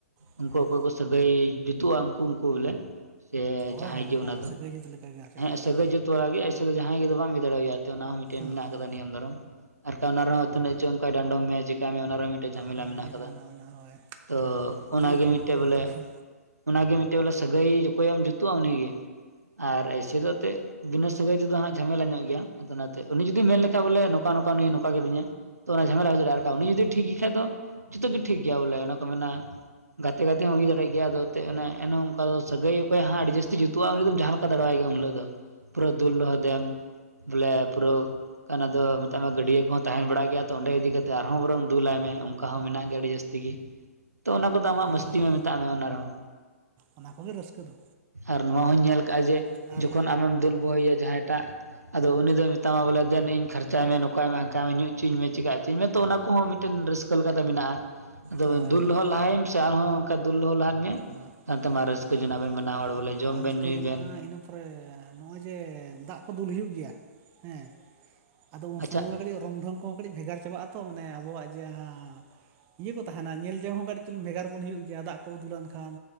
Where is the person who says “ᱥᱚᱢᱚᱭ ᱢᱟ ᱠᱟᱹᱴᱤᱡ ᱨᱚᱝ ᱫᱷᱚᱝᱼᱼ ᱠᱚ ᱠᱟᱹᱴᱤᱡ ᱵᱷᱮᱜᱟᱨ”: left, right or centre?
Right